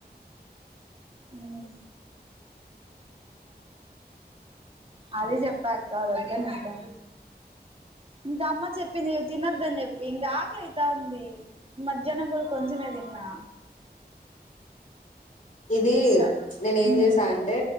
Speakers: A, on the right; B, on the left.
A: హామ్ అది చెప్పాక్క అంటాను ఇంకా అమ్మ చెప్పింది తినద్ ని చెప్పి ఇంకా ఆకలి అయిత ఉంది మధ్యాహ్నం కూడా కొంచమే తిన్నా
B: ఇది
A: స
B: నేను ఏం చేశా అంటే